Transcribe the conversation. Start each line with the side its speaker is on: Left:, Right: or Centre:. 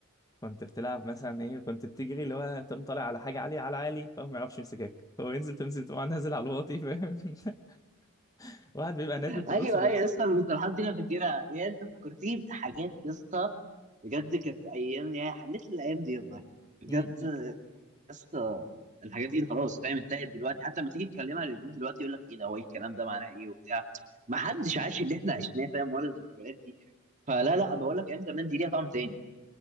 Left: كنت بتلعب مثلا ايه كنت بتجري اللي هو تقوم طالع على حاجه عاليه على عالي فهو ما يعرفش يمسكك هو ينزل تنزل تقوم نازل على الواطي فاهم <laughs> واحد بيبقى نازل في
Right: ايوه
Left: النص بيجري.
Right: ايوه لسه المصطلحات دي انا فاكرها يا انت فكرتني بحاجات يا اسطى بجد كانت ايام يا حنيت للايام دي والله بجد
Left: م-
Right: اسطى الحاجات دي خلاص فاهم انتهت دلوقتي حتى لما تيجي تكلمها للجيل دلوقتي يقول لك ايه ده هو ايه الكلام ده معناه ايه وبتاع ما حدش
Left: م-
Right: عاش اللي احنا عشناه فاهم ولا الذكريات دي فلا لا بقول لك ايام زمان دي ليها طعم تاني